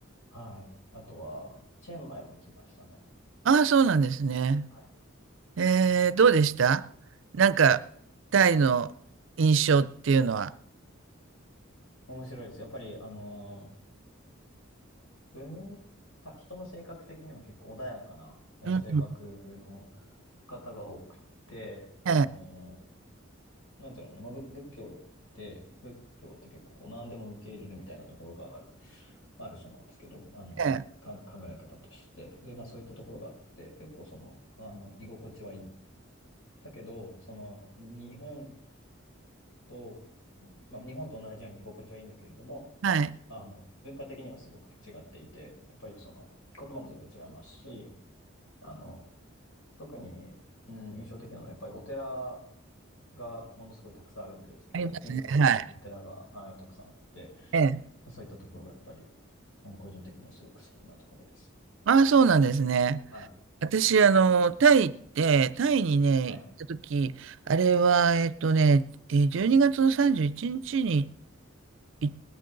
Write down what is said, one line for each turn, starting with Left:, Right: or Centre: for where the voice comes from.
Left: はい。あとは、チェンマイも行きましたね。
Right: あ、そうなんですね。
Left: はい。
Right: ええ、どうでしたなんか、タイの印象っていうのは。
Left: 面白いです。やっぱり、あのー文化、人の性格的には結構穏やかな、えー性格の
Right: うん。
Left: 方が多くて、あのー
Right: ええ、
Left: なんだろうな、まあ、ぶ仏教で、仏教って結構こう何でも受け入れるみたいなところがある、あるそうなんですけど、あの、
Right: ええ、
Left: かん、考え方として。で、まあそういったところがあって、結構その、あの、居心地はいい。だけど、その、日本と、まあ、日本と同じように居心地はいいんだけれども、
Right: はい。
Left: あの、文化的にはすごく違っていて、やっぱりその、言葉も全然違いますし、あの、特に、うん、印象的なのは、やっぱりお寺がものすごいたくさんあるんですけど、
Right: ありますね。
Left: 金ピカのお寺が、
Right: はい。
Left: はい、たくさんあって、
Right: ええ
Left: そういったところがやっぱり、あの、個人的にはすごく好きなところです。
Right: ああ、そうなんですね。
Left: はい、
Right: 私、あの、タイ行って、タイにね、
Left: はい、
Right: 行った時、あれは、えっとね、えー12月の31日にちに、い